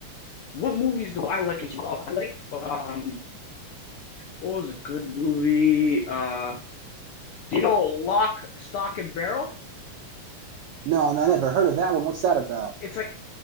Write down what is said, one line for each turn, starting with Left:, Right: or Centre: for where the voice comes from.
Left: what movies do I like as well? I like um, what was a good movie? Uh, do you know Lock, Stock and Barrel?
Right: No, no, I never heard of that one. What's that about?
Left: It's like